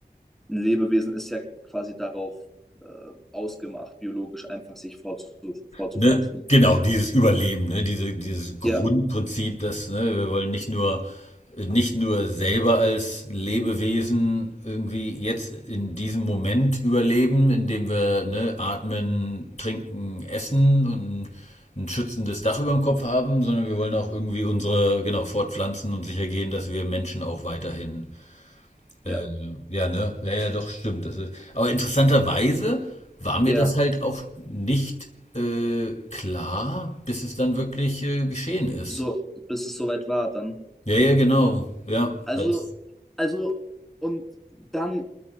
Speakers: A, in the centre; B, on the left.
A: ein Lebewesen ist ja quasi darauf äh, ausgemacht, biologisch einfach sich fortzu fortzupflanzen.
B: Ne, genau, dieses Überleben, ne, diese, dieses Grundprinzip,
A: Ja,
B: dass, ne, wir wollen nicht nur, nicht nur selber als Lebewesen irgendwie jetzt in diesem Moment überleben, indem wir, ne, atmen, trinken, essen und ein schützendes Dach über dem Kopf haben, sondern wir wollen auch irgendwie unsere, genau, fortpflanzen und sicher gehen, dass wir Menschen auch weiterhin
A: ja,
B: ähm, ja, ne? Ja, ja, doch, stimmt. Das ist, aber interessanterweise war mir
A: ja.
B: das halt auch nicht äh, klar, bis es dann wirklich äh, geschehen ist.
A: so, bis es soweit war dann.
B: Ja, ja, genau. Ja,
A: Also,
B: das.
A: also, und dann,